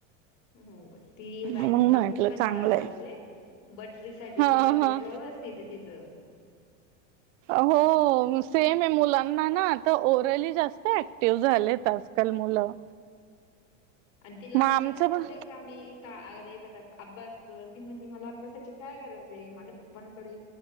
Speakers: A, on the left (about 50°); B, on the right (about 75°).
A: हो ती
B: मग
A: रायटिंगला
B: म्हटलं
A: खूप कंटाळा
B: चांगलंय
A: करते बट रिसायटेशन
B: हा
A: वगैरे
B: हा
A: व्य तिथ तिथं
B: हो सेम आहे मुलांना ना आता ओरली जास्त ऍक्टिव्ह झालेत आजकाल मुलं
A: आणि तिला
B: मग आमचं
A: तर कधी बोलले
B: पण
A: का मी का अर अभस तर म्हणते मला अभ्यासाची काय गरज आहे माझ्या पप्पांकडे